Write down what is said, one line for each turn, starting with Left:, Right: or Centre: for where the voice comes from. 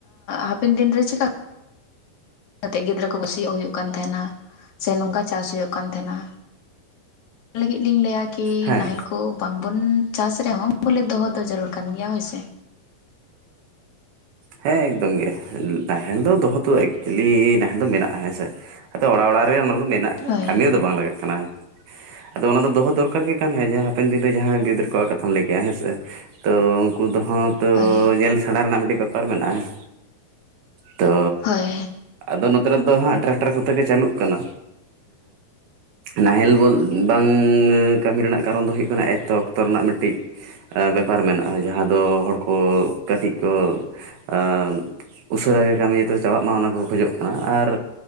Left: ᱦᱟᱯᱮᱱ ᱫᱤᱱᱨᱮ ᱪᱮᱠᱟ ᱤᱱᱟᱹᱛᱮᱜ ᱜᱤᱫᱽᱨᱟᱹ ᱠᱚ ᱥᱤᱭᱟᱹᱜ ᱦᱩᱭᱩᱜ ᱠᱟᱱ ᱛᱟᱦᱮᱱᱟ ᱥᱮ ᱱᱚᱝᱠᱟ ᱪᱟᱥ ᱦᱩᱭᱩᱜ ᱠᱟᱱ ᱛᱟᱦᱮᱱᱟ ᱚᱱᱟ ᱞᱟᱹᱜᱤᱫ ᱞᱤᱧ ᱞᱟᱹᱭᱟ ᱠᱤ
Right: ᱦᱮᱸ
Left: ᱱᱟᱦᱮᱞ ᱠᱚ ᱵᱟᱝᱵᱚᱱ ᱪᱟᱥ ᱨᱮᱦᱚᱸ ᱵᱚᱞᱮ ᱫᱚᱦᱚ ᱫᱚ ᱡᱟᱹᱨᱩᱲ ᱠᱟᱱ ᱜᱮᱭᱟ ᱦᱳᱭ ᱥᱮ
Right: ᱦᱮᱸ ᱮᱠᱫᱚᱢ ᱜᱮ ᱱᱟᱦᱮᱞ ᱫᱚ ᱫᱚᱦᱚ ᱛᱚ ᱮᱠᱪᱮᱞᱤ ᱱᱟᱦᱮᱞ ᱫᱚ ᱢᱮᱱᱟᱜᱼᱟ ᱦᱮᱸ ᱥᱮ ᱟᱫᱚ ᱚᱲᱟᱜ ᱚᱲᱟᱜ ᱨᱮ ᱚᱱᱟᱫᱚ ᱢᱮᱱᱟᱜᱼᱟ
Left: ᱦᱳᱭ
Right: ᱠᱟᱹᱢᱤ ᱨᱮᱫᱚ ᱵᱟᱝ ᱞᱟᱜᱟᱜ ᱠᱟᱱᱟ ᱟᱫᱚ ᱚᱱᱟ ᱫᱚᱦᱚ ᱫᱚᱨᱠᱟᱨ ᱜᱮ ᱠᱟᱱ ᱦᱟᱯᱮᱱ ᱫᱤᱱᱨᱮ ᱡᱟᱦᱟᱸ ᱜᱤᱫᱽᱨᱟᱹ ᱠᱚᱣᱟᱜ ᱠᱟᱛᱷᱟᱢ ᱞᱟᱹᱭ ᱠᱮᱫ ᱼᱟ ᱦᱮᱸ ᱥᱮ ᱛᱚ ᱩᱱᱠᱩ ᱫᱚ ᱦᱚᱸ ᱛᱚ
Left: ᱦᱳᱭ
Right: ᱧᱮᱞ ᱥᱮᱬᱟ ᱨᱮᱱᱟᱜ ᱢᱤᱫᱴᱤᱡ ᱵᱮᱯᱟᱨ ᱢᱮᱱᱟᱜᱼᱟ ᱛᱚ
Left: ᱦᱳᱭ
Right: ᱟᱫᱚ ᱱᱚᱛᱮ ᱨᱮ ᱫᱚ ᱦᱟᱸᱜ ᱴᱨᱟᱠᱴᱟᱨ ᱠᱚᱛᱮ ᱜᱮ ᱪᱟᱹᱞᱩᱜ ᱠᱟᱱᱟ ᱱᱟᱦᱮᱞ ᱵᱚᱞ ᱵᱟᱝ ᱠᱟᱹᱢᱤ ᱨᱮᱱᱟᱜ ᱠᱟᱨᱚᱱ ᱫᱚ ᱦᱩᱭᱩᱜ ᱠᱟᱱᱟ ᱮᱠᱛᱚ ᱚᱠᱛᱚ ᱨᱮᱱᱟᱜ ᱢᱤᱫᱴᱤᱡ ᱵᱮᱯᱟᱨ ᱢᱮᱱᱟᱜᱼᱟ ᱡᱟᱦᱟᱸ ᱫᱚ ᱦᱚᱲ ᱠᱚ ᱠᱟᱹᱴᱤᱡ ᱠᱚ ᱟ ᱩᱥᱟᱹᱨᱟ ᱜᱮ ᱠᱟᱹᱢᱤ ᱛᱚ ᱪᱟᱵᱟᱜ ᱢᱟ ᱚᱱᱟ ᱠᱚ ᱠᱷᱚᱡᱚᱜ ᱠᱟᱱᱟ ᱟᱨ